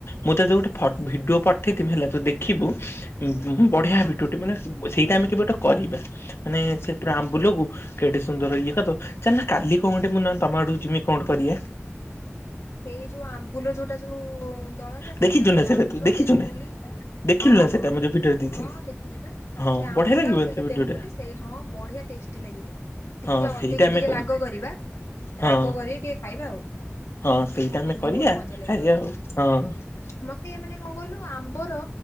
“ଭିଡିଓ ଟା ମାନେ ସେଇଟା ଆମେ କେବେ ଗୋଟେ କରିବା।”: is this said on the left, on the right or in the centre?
Left